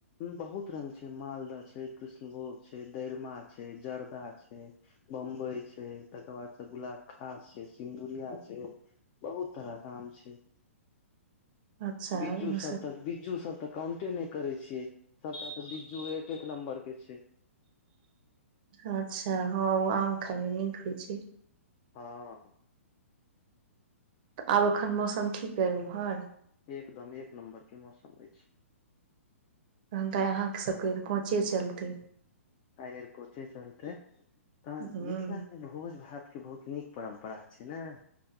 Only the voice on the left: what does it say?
बहुत रंग छै मालदाह छै कृष्णभोग छै दरमा छै जर्दा छै बम्बइ छै तकर बाद त गुलाबखास छै सिन्दुरिया छै बहुत तरह के आम छै
बिज्जूसभ
तऽ बिज्जूसभ तऽ काउंटे नहि करै छियै सबटा तऽ बिज्जू एक एक नम्बर के छै
हँ
एकदम एक नम्बर के मौसम अछि
आइ भर कोचे चलते तहन
मिथिला भोज भातके बहुत नीक परम्परा छै ने